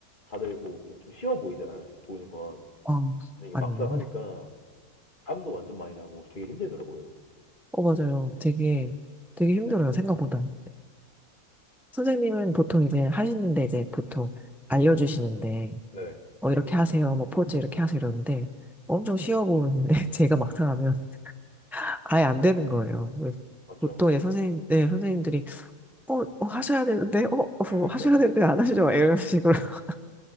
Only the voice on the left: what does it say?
다들 뭐 좀 쉬워 보이잖아요. 보이는 건.
근데 이게
막상 하니까 땀도 완전 많이 나고 되게 힘들더라고요.
네.
네.
맞죠?
<laughs>
네.